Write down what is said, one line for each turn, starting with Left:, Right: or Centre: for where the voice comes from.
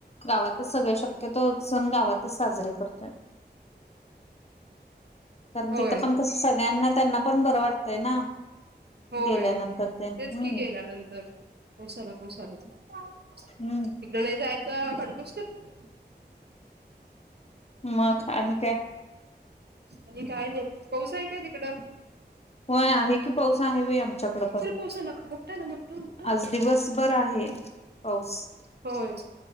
Left: गावात. त सगळे शक्यतो सण गावातच साजरे करतोय. कारण
Right: होय
Left: तिथं पण कस सगळ्यांना त्यांना पण बरं वाटतंय ना.
Right: होय
Left: गेल्यानंतर ते हम्म
Right: तेच की गेल्या नंतर पाउस आला पाऊस आला चल. तिकडे
Left: हम्म
Right: नाही जायचं खडे टूसतात.
Left: मग आणि काय?
Right: आणि काय नाही पाऊस आहे काय तिकडं?
Left: होय आहे की पाऊस आहे बाई आमच्याकडे पण
Right: चल पोसायला मोठा ना मोठा मोठा
Left: आज दिवसभर आहे. पाऊस.
Right: होय.